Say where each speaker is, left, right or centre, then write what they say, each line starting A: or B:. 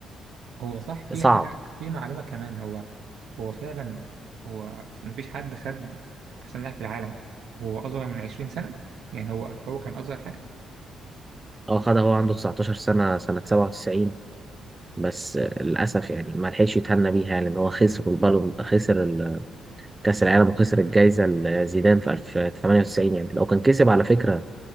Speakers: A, on the right; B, on the right.
A: هو صح في
B: صعب
A: حاجه في معلومه كمان هو هو فعلا هو مفيش حد خد احسن لاعب في العالم هو اصغر من 20 سنه يعني هو هو كان اصغر حاجه
B: اه خدها هو عنده 19 سنه سنه 97 بس للأسف يعني ما لحقش يتهنى بيها يعني، لأن هو خسر البالون خسر ال- كأس العالم وخسر الجايزة لزيدان في 1998 يعني لو كان كسب على فكرة